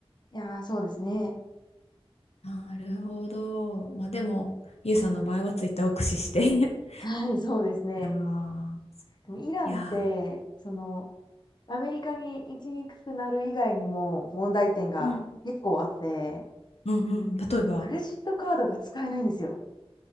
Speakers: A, on the left; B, on the left.
A: いや、そうですね。
B: なるほど。まあ、でも、ゆうさんの場合はツイッターを駆使して <laughs>
A: はい、そうですね。
B: ああ、
A: でもイランって、
B: いや
A: その、アメリカに行きにくくなる以外にも問題点が結構あって、
B: ー、うんうんうんうん。例えば、
A: クレジットカードが使えないんですよ。